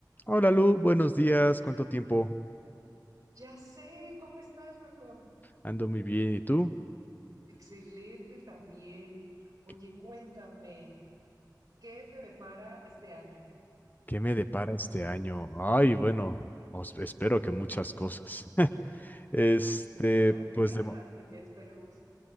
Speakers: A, on the left; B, on the right.
A: Hola Lu, buenos días, ¿cuánto tiempo?
B: Ya sé, ¿cómo estás, Marco?
A: Ando muy bien, ¿y tú?
B: Excelente también. Oye,
A: ¿Qué
B: cuéntame, ¿qué te depara este año?
A: me depara este año? Ay, bueno, os- espero que muchas cosas. <laughs> Este,
B: Ajá, grata,
A: pues de, mo-
B: se ve, esperemos.